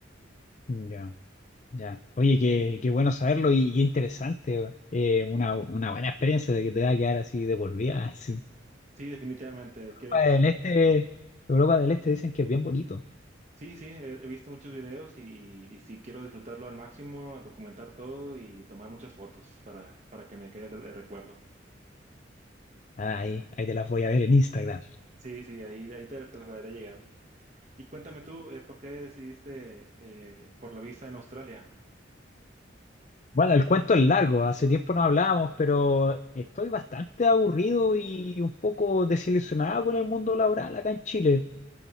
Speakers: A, on the left (about 40°); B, on the right (about 40°).
A: Ya, ya. Oye, qué, qué bueno saberlo y qué interesante. eh, una, una buena experiencia de que te va a quedar así de por vida. <laughs> así.
B: Sí, definitivamente, quiero,
A: Europa del Este, Europa del Este dicen que es bien bonito.
B: Sí, sí, he, he visto muchos videos y, y, sí quiero disfrutarlo al máximo, documentar todo y tomar muchas fotos para, para que me quede el, el recuerdo.
A: Ah, Ahí, ahí te las voy a ver en Instagram.
B: Sí, sí, ahí, ahí te, te las haré llegar. Y cuéntame tú, eh, ¿por qué decidiste eh, por la visa en Australia?
A: Bueno, el cuento es largo, hace tiempo no hablábamos, pero estoy bastante aburrido y un poco desilusionado con el mundo laboral acá en Chile.